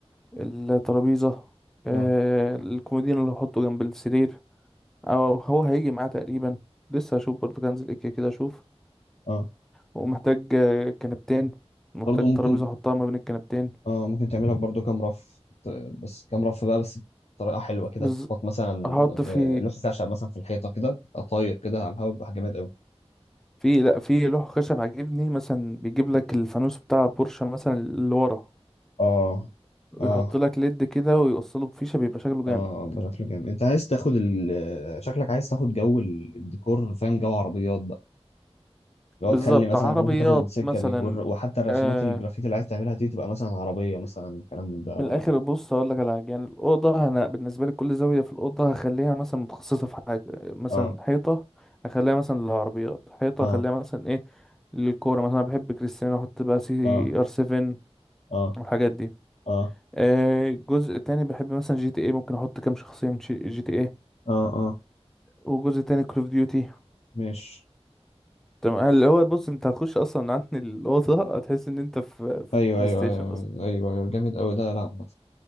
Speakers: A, in the centre; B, on the left (about 75°).
A: الترابيزة آه،
B: اه
A: الكومودين اللي هحطه جنب السرير أو هو هيجي معاه تقريبا لسه هشوف برضه كنزل إيك كده أشوف
B: اه
A: ومحتاج آه، كنبتين محتاج
B: برضو ممكن
A: ترابيزة أحطها ما بين الكنبتين
B: اه ممكن تعملها برضو كام رف ت- بس كام رف بقى بس بطريقة حلوة كده
A: بز...
B: تخبط مثلا
A: هحط في
B: آه، لوح خشب مثلا في الحيطة كده تبقى طاير كده على الهواء بيبقى جامد قوي
A: في لأ في لوح خشب عاجبني مثلا بيجيب لك الفانوس بتاع بورشة مثلا اللي ورا
B: اه
A: ويحط
B: اه
A: لك ليد كده ويوصله بفيشة بيبقى شكله جامد
B: اه بشكل جامد انت عايز تاخد ال... شكلك عايز تاخد جو ال- الديكور فاهم جو عربيات اللي
A: بالظبط
B: هو تخلي مثلا
A: عربيات
B: انت ممكن تاخد السكه
A: مثلا
B: دي والر- وحتى الرسومات
A: آه
B: الجرافيتي اللي عايز تعملها دي تبقى مثلا عربيه مثلا كلام من ده
A: من
B: و...
A: الاخر بص هقول لك على حاجه يعني الاوضه انا بالنسبه لي كل زاويه في الاوضه هخليها مثلا متخصصه في حاجه مثلا
B: اه
A: حيطه اخليها مثلا للعربيات حيطه
B: اه
A: اخليها مثلا ايه للكوره مثلا أنا بحب كريستيانو احط بقى سي
B: اه
A: ار 7
B: اه
A: والحاجات دي
B: اه
A: آه جزء تاني بحب مثلا جي تي ايه ممكن احط كام شخصيه من جي تي ايه
B: اه اه
A: وجزء تاني كول اوف ديوتي
B: مش
A: تمام اللي هو بص انت هتخش اصلا عن الاوضه هتحس ان انت في في
B: ايوه
A: بلاي
B: ايوه
A: ستيشن
B: ايوه ايوه ايوه جامد قوي ده لا عامه